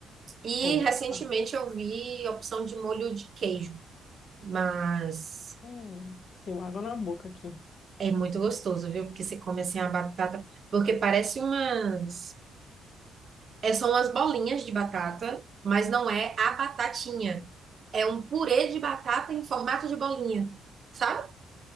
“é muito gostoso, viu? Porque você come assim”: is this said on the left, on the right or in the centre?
Right